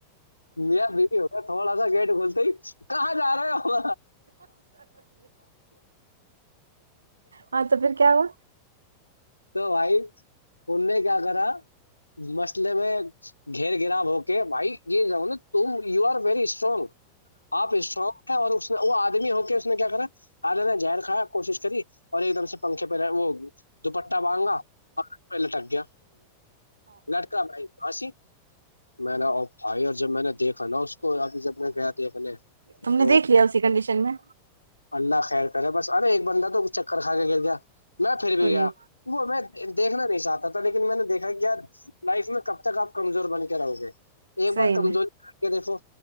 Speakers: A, on the left; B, on the right.
A: م بھی ہو گیا تھوڑا سا گیٹ کھولتے ہی کہاں جا رہے ہو
B: ہاں تو پھر کیا ہوا
A: تو بھائی ان نے کیا کرا مسئلے میں گھیر گرا ہو کے بھائی یہ کہ تم یو آر ویری اسٹرانگ آپ اسٹرگ ہیں اور اس وہ آدمی ہو کے اس نے کیا کرا جی <inaudible> آال نے ر کایا کوشش کر اور ایک دم سے پنکھے پہ رہ وہ ہوگی دوپٹہ بانگا ہ پ لٹک گیا لٹکا میںاسی میں نے ا بھائی اور جب میں نے دیکھا نا اس کو ابھی جب میں گیا دیکھنے
B: تم
A: تو
B: نے دیکھ لیا اسی کنڈیشن میں
A: اللہ خیر کرے بس ارے ایک بندہ چکر کھا کے گر گیا میں پھر بھی
B: اور
A: گیا
B: یہ
A: وہ میں دیکھنا نہیں چاہتا تھا لیکن میں نے دیکھا کہ یار لائف میں کب تک آپ کمزور بن کے رہو گے ایک بار
B: صحیح
A: کمزوری
B: میں
A: کر کے دیکھو